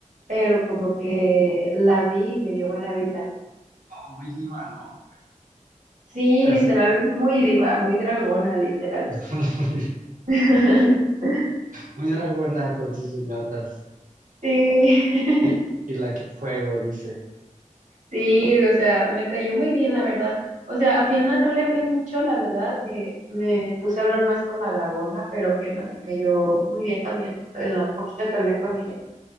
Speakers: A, on the right (about 70°); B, on the right (about 80°).
A: pero como que la vi y me dio buena vibra.
B: muy diva, ¿no?
A: Sí,
B: Así,
A: literal, muy diva, muy dragona, literal.
B: <laughs> muy,
A: <laughs>
B: muy dragona con sus uñotas
A: Sí. <laughs>
B: y, y la que fuego, dice.
A: Sí, o sea, me cayó muy bien, la verdad. O sea, a Fiona no le hablé mucho, la verdad. Me, me puse a hablar más con la dragona, pero Fiona me cayó muy bien también, en lo poquito que hablé con ella.